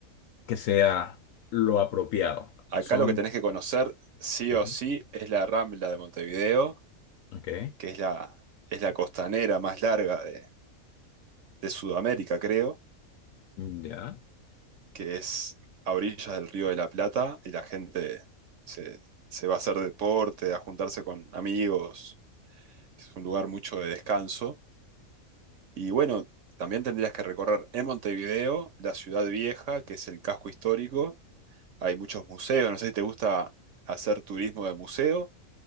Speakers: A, on the left; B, on the right.
A: que sea lo apropiado?
B: Acá
A: Son...
B: lo que tenés que conocer sí
A: ujú,
B: o sí es la Rambla de Montevideo,
A: Ok,
B: que es la, es la costanera más larga de de Sudamérica, creo
A: ya.
B: que es a orillas del Río de la Plata y la gente se, se va a hacer deporte, a juntarse con amigos. Es un lugar mucho de descanso. Y bueno, también tendrías que recorrer en Montevideo la ciudad vieja, que es el casco histórico. Hay muchos museos, no sé si te gusta hacer turismo de museo.